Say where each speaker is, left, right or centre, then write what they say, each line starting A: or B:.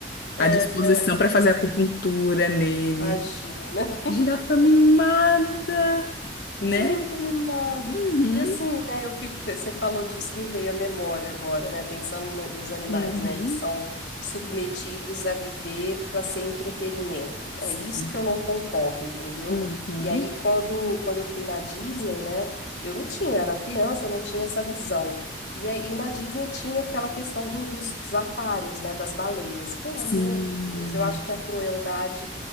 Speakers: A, on the left; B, on the left.
A: é,
B: À disposição
A: é.
B: para fazer acupuntura nele.
A: Imagina,
B: Girafa mimada,
A: <laughs>
B: né?
A: é muito mimado.
B: Uhum,
A: E assim, né, eu fico, você falou disso, me veio a memória agora, né, pensando na- nos animais,
B: uhum,
A: né, que são submetidos a viver para ser entretenimento.
B: sim,
A: É isso que eu não concordo, entendeu?
B: uhum.
A: E aí, quando, quando eu fui na Disney, né, eu não tinha, eu era criança, eu não tinha essa visão. E aí, na Disney tinha aquela questão do- dos, dos aquários, né, das baleias. Pelo amor
B: Sim.
A: de Deus, eu acho que a crueldade